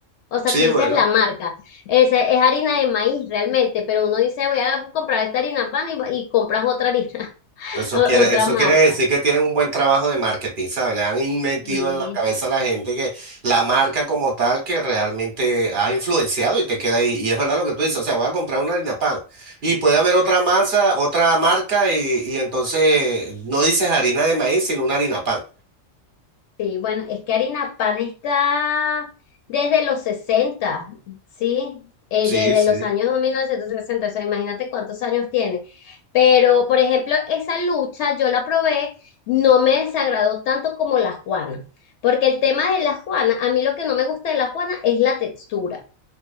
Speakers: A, on the left; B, on the right.
A: O sea,
B: Sí,
A: tú dices
B: bueno,
A: la marca, es, es harina de maíz realmente, pero uno dice voy a comprar esta harina pan y, y compras otra harina, <laughs>
B: eso
A: o-
B: quiere,
A: otra
B: eso
A: marca.
B: quiere decir que tienen un buen trabajo de marketing, ¿sabes? Le han in- metido
A: Sí,
B: en la cabeza a la gente que la marca como tal que realmente ha influenciado y te queda ahí. Y es verdad lo que tú dices, o sea, voy a comprar una harina pan y puede haber otra masa, otra marca y, y entonces no dices harina de maíz, sino una harina pan.
A: sí, bueno, es que harina pan está desde los 60, ¿sí? Eh,
B: Sí,
A: desde
B: sí.
A: los años 1960, o sea, imagínate cuántos años tiene. Pero, por ejemplo, esa lucha yo la probé, no me desagradó tanto como la Juana, porque el tema de la Juana, a mí lo que no me gusta de la Juana es la textura.